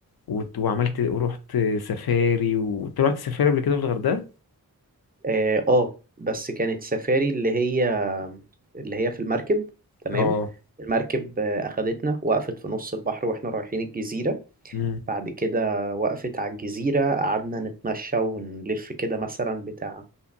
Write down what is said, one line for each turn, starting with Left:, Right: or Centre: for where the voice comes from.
Left: وت- وعملت ورحت سفاري ورحت سفاري قبل كده في الغردقة
Right: اه آه، بس كانت سفاري اللي هي اللي هي في المركب تمام
Left: اه
Right: المركب آه، أخدتنا وقفت في نص البحر واحنا رايحين الجزيرة
Left: مم.
Right: بعد كده وقفت على الجزيرة قعدنا نتمشى ونلف كده مثلا بتاع